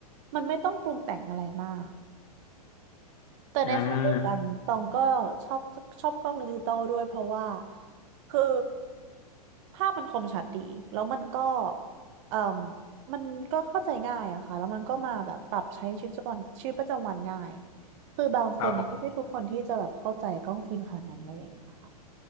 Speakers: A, on the right (about 50°); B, on the left (about 60°).
A: มันไม่ต้องปรุงแต่งอะไรมาก แต่ในขณะเดียวกันตองก็ชอบชอบกล้องดิจิตอลด้วยเพราะว่า
B: อ่า
A: คือภาพมันคมชัดดีแล้วมันก็เอ่มมันก็เข้าใจง่ายอะค่ะแล้วมันก็มาแบบปรับใช้ชีวิตประจำวันชีวิตประจำวันง่ายคือบางคนไม่ใช่ทุกคนที่จะแบบเข้าใจกล้องฟิล์มขนาดนั้นอะไรอย่างเงี้ยค่ะ
B: ครับผม